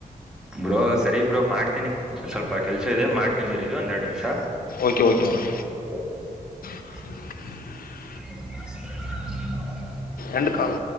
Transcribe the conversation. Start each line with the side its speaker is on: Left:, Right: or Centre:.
Centre: ಬ್ರೋ ಸರಿ ಬ್ರೋ ಮಾಡ್ತೀನಿ ಸ್ವಲ್ಪ ಸ್ವಲ್ಪ ಕೆಲ್ಸ ಇದೆ ಮಾಡ್ತೀನಿ ರೀ ಒಂದೆರಡು ನಿಮಿಷ
Left: ಓಕೆ ಓಕೆ ಬ್ರೋ
Centre: ಸರಿ
Left: <unintelligible>
Centre: <inaudible>
Left: ಎಟುಕಲು